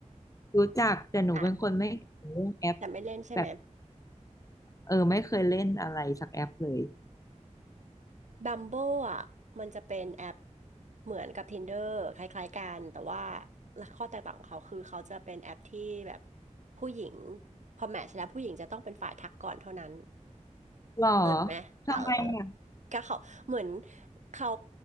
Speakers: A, on the left; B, on the right.
A: รู้จักแต่หนูเป็นคนไม่เก่งเรื่องแอป
B: อ่ะแต่ไม่เล่นใช่ไหม
A: แบบเออไม่เคยเล่นอะไรสักแอปเลย
B: บัมโบอ่ะมันจะเป็นแอปเหมือนกับ Tinder คล้ายๆกันแต่ว่าข้อแตกต่างของเขาคือเขาจะเป็นแอปที่แบบผู้หญิงพอแมทช์แล้วผู้หญิงจะต้องเป็นฝ่ายทักก่อนเท่านั้น
A: หรอ
B: เลิศไหมเออ
A: ทำไมอ่ะ
B: ก็เขาเหมือนเขา